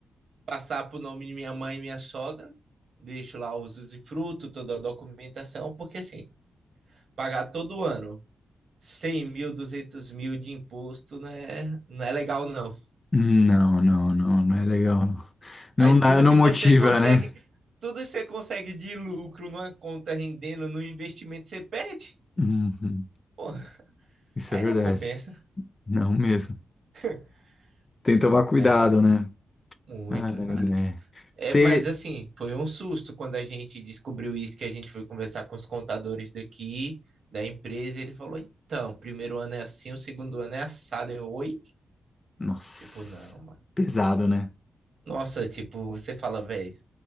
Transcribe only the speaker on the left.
Não, não, não, não é legal.
Não,
não, dá- não
motiva,
né?
Uhum.
Isso
é verdade.
Não mesmo.
Tem que tomar cuidado,
né?
Ah,
é.
Ser.
Nossa,
pesado, né?